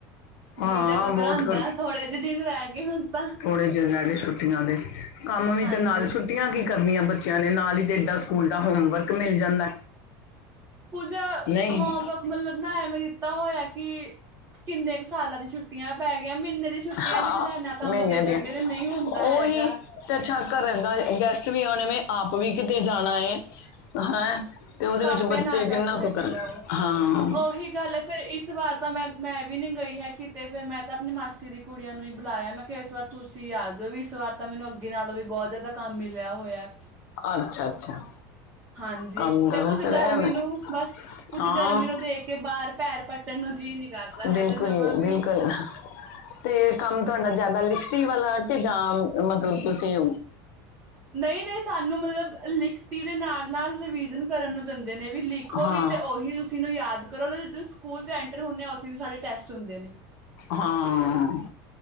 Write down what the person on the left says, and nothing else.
ਹਾਂ
ਬਹੁਤ ਕਰ
ਥੋੜੇ ਜਿਹੇ ਰਹਿ <unintelligible> ਕੰਮ ਵੀ
ਤੇ ਨਾਲ ਛੁੱਟੀਆਂ ਕੀ ਕਰਨੀਆਂ ਬੱਚਿਆਂ ਨੇ ਨਾਲ ਹੀ ਤੇ ਡਾ ਸਕੂਲ ਦਾ ਹੋਮਵਰਕ ਮਿਲ ਜਾਂਦਾ।
ਨਹੀਂ
ਹਾਂ
ਮਹੀਨੇ
ਦੀਆਂ
ਉਹੀ
ਤੇ ਅੱਛਾ ਘਰ ਦਾ ਗੈਸਟ ਵੀ ਆਣੇ ਆਪ ਵੀ ਕਿਤੇ ਜਾਣਾ ਹੈ ਹੈਂ। ਤੇ ਉਹਦੇ
ਵਿੱਚ ਬੱਚੇ
ਕਿੰਨਾ
ਕੁ ਕਰਨ
ਹਾਂ
ਅੱਛਾ ਅੱਛਾ
ਕੰਮ।
ਦਾ
ਫਿਰ
ਐਵੇਂ
ਹਾਂ
ਬਿਲਕੁਲ
ਬਿਲਕੁਲ ਤੇ ਕੰਮ ਤੁਹਾਡਾ ਜ਼ਿਆਦਾ ਲਿਖਤੀ ਵਾਲਾ ਕਿ ਜਾਂ ਮਤਲਬ ਤੁਸੀਂ।
ਹਾਂ
ਹਾਂ।